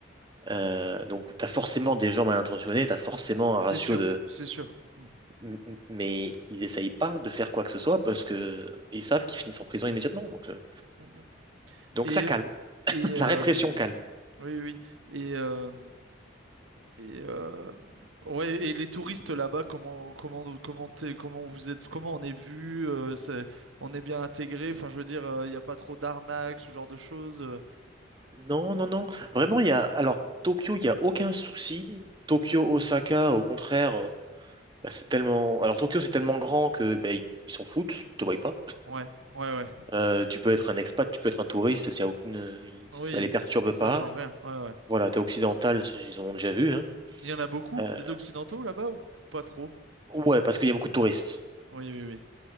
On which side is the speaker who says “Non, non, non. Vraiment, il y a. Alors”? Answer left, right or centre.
Right